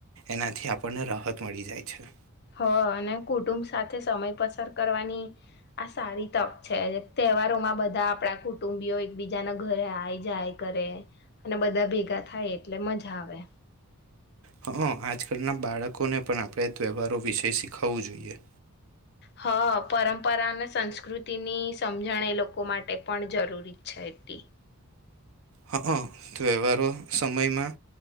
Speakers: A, on the right (about 65°); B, on the left (about 50°).
A: એનાથી આપણને રાહત મળી જાય છે.
B: હ, અને કુટુંબ સાથે સમય પસાર કરવાની આ સારી તક છે. તહેવારોમાં બધા આપડા કુટુંબીયો એકબીજાના ઘરે આ જાય કરે અને બધા ભેગા થાય એટલે મઝા આવે.
A: હ, આજકાલના બાળકોને પણ આપણે તહેવારો વિશે શીખાવવું જોઈએ.
B: હા, પરંપરા અને સંસ્કૃતિની સમજણ એ લોકો માટે પણ જરૂરી જ છે એટલી.
A: હ, ત્વેહવારો સમયમાં